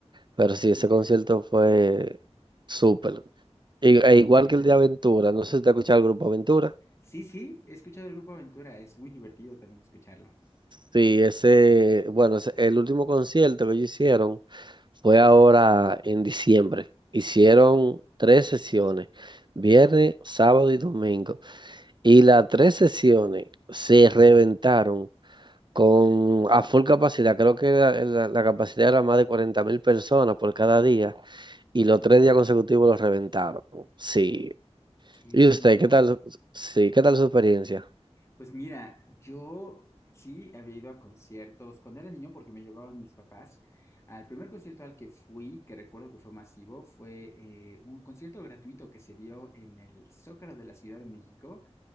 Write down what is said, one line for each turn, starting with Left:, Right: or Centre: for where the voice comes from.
Right: Pero
Left: Ah,
Right: sí,
Left: mira.
Right: ese concierto fue súper. Y- E
Left: Genial.
Right: igual que el de Aventura, no sé si te escuchado el grupo Aventura.
Left: Sí, sí, he escuchado el Grupo Aventura, es muy divertido también escucharlo.
Right: Sí, ese, bueno, ese- el último concierto que ellos hicieron fue ahora en diciembre. Hicieron tres sesiones, viernes, sábado y domingo. Y las tres sesiones se reventaron con a full capacidad. Creo que la, la- la capacidad era más de cuarenta mil personas por cada día. Y los
Left: Wow,
Right: tres días consecutivos los reventaron. Sí.
Left: qué
Right: ¿Y
Left: genial.
Right: usted, qué tal? su- Sí, ¿qué tal su experiencia?
Left: Pues mira, yo sí había ido a conciertos cuando era niño porque me llevaban mis papás. Al primer concierto al que fui, que recuerdo que fue masivo, fue eh, un concierto gratuito que se dio en el Zócalo de la Ciudad de México